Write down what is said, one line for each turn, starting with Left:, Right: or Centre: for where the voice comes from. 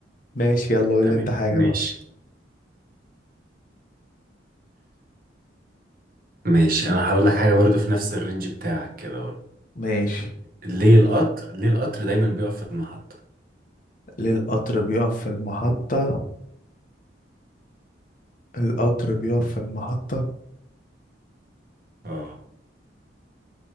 Left: ماشي يلا قول
Right: تمام
Left: لي انت حاجة
Right: ماشي
Left: بقى
Right: ماشي انا هقول لك حاجه برضو في نفس الرينج بتاعك كده برضو
Left: ماشي
Right: ليه القطر ليه القطر دايما بيقف في المحطه
Left: ليه القطر بيقف في المحطة القطر بيقف في المحطة
Right: اه